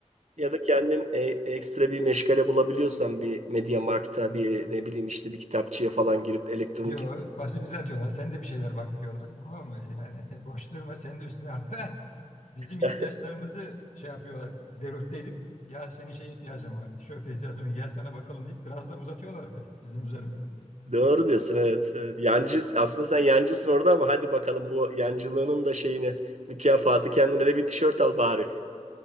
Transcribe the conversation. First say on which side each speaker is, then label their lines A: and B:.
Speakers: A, on the right (about 60°); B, on the left (about 70°).
A: Ya da kendin e, ekstra bir meşgale bulabiliyorsan bir Media Markt'a bir ne bileyim işte bir kitapçıya falan girip elektronik
B: yo pası bize atıyorlar. Sen de bir şeyler bak diyorlar. Tamam mı? Yani <laughs> boş durma sen de üstüne hatta bizim ihtiyaçlarımızı
A: <laughs>
B: şey yapıyorlar. Deruhte edip ya senin şeye ihtiyacın var. Tişörte ihtiyacın var. Gel sana bakalım deyip biraz da uzatıyorlar böyle bizim üzerimizde.
A: Doğru diyorsun evet. evet. Yancı, aslında sen yancısın orada ama hadi bakalım bu yancılığının da şeyini mükafatı kendine de bir tişört al bari.